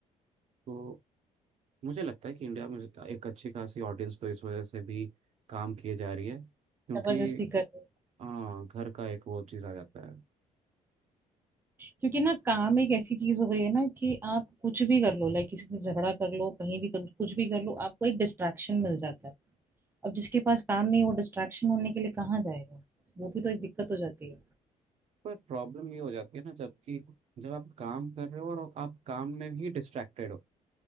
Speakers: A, on the right (about 50°); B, on the right (about 15°).
A: तो मुझे लगता है कि इंडिया में एक अच्छी खासी ऑडियंस तो इस वजह से भी काम किए जा रही है क्योंकि
B: जबरदस्ती कर रहे हो।
A: हाँ घर का एक वो चीज़ आ जाता है
B: क्योंकि ना काम एक ऐसी चीज हो गई है ना कि आप कुछ भी कर लो लाइक किसी से झगड़ा कर लो कहीं भी कर लो कुछ भी कर लो आपको एक डिस्ट्रैक्शन मिल जाता है अब जिसके पास काम नहीं वो डिस्ट्रैक्शन होने के लिए कहाँ जाएगा वो भी तो एक दिक्कत हो जाती है
A: पर प्रॉब्लम ये हो जाती है ना जबकि जब आप काम कर रहे हो और आप काम में ही डिस्ट्रैक्टेड हो